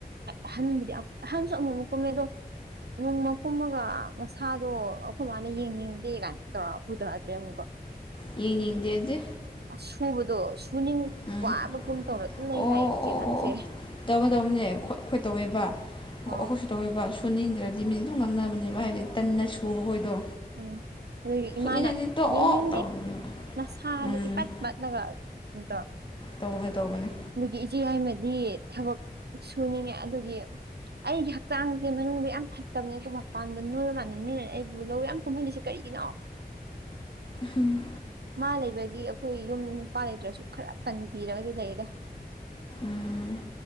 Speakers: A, on the right; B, on the left.
A: ꯑꯍꯟꯕꯨꯗꯤ ꯑꯍꯟꯁꯨ ꯑꯃꯨꯛ ꯑꯃꯨꯛ ꯀꯨꯝꯃꯦ ꯑꯗꯣ ꯅꯣꯡꯃ ꯀꯨꯝꯃꯒ ꯃꯁꯥꯗꯣ ꯑꯩꯈꯣꯏ ꯃꯥꯅ ꯌꯦꯡꯅꯤꯡꯗꯦ ꯀꯥꯏꯅ ꯇꯧꯔ ꯄꯨꯗꯥꯒ꯭ꯔꯦ ꯑꯃꯨꯛꯀ
B: ꯌꯦꯡꯅꯤꯡꯗꯦꯗꯤ
A: ꯑꯁ ꯁꯨꯕꯗꯣ ꯁꯨꯅꯤꯡ
B: ꯎꯝ
A: ꯋꯥꯕꯒꯨꯝ ꯇꯧꯔ ꯑꯗꯨꯝ ꯂꯩ
B: ꯑꯣ
A: ꯍꯥꯏꯌꯦ ꯏꯆꯦ
B: ꯑꯣ
A: ꯑꯍꯟꯁꯦ
B: ꯑꯣ ꯇꯧꯕ ꯇꯧꯕꯅꯦ ꯑꯩꯈꯣꯏ ꯇꯧꯋꯦꯕ ꯑꯩꯈꯣꯏꯁꯨ
A: ꯑꯥ
B: ꯇꯧꯋꯦꯕ ꯁꯨꯅꯤꯡꯗ꯭ꯔꯗꯤ ꯃꯤꯅꯗꯨꯝ ꯉꯥꯡꯅꯕꯅꯦ ꯍꯥꯏꯗꯤ ꯇꯟꯅ ꯁꯨꯕ ꯈꯣꯏꯗꯣ
A: ꯎꯝ ꯅꯣꯢꯒꯤ ꯏꯃꯥꯅ
B: ꯁꯨꯅꯤꯡꯉꯗꯤ ꯇꯣꯛꯑꯣ
A: ꯌꯦꯡꯅꯤꯡꯗꯦ
B: ꯇꯧꯕꯅꯦꯕ
A: ꯅꯁꯥꯗꯣ
B: ꯎꯝ
A: ꯏꯄꯠ ꯄꯠꯂꯒ ꯑꯗꯣ
B: ꯇꯧꯒꯦ ꯇꯧꯕꯅꯦ
A: ꯑꯗꯨꯒꯤ ꯏꯆꯦ ꯌꯥꯏꯃꯗꯤ ꯊꯕꯛ ꯁꯨꯅꯤꯡꯉꯦ ꯑꯗꯨꯒꯤ ꯑꯩꯒꯤ ꯍꯛꯆꯥꯡꯁꯦ ꯃꯅꯨꯡꯗ ꯌꯥꯝ ꯐꯠꯇꯕꯅꯦ ꯃꯄꯥꯟꯗ ꯅꯣꯏꯕ ꯃꯥꯟꯕꯅꯦ ꯑꯩꯕꯨ ꯂꯧ ꯌꯥꯝ ꯀꯨꯝꯍꯜꯂꯤꯁꯦ ꯀꯔꯤꯒꯤꯅꯣ
B: ꯎꯝ
A: ꯃꯥ ꯂꯩꯕꯒꯤ ꯑꯩꯈꯣꯏ ꯌꯨꯝ ꯅꯨꯄꯥ ꯂꯩꯇ꯭ꯔꯁꯨ ꯈꯔ ꯀꯟꯕꯤꯔꯒꯗꯤ ꯂꯩꯌꯦꯗ
B: ꯎꯝ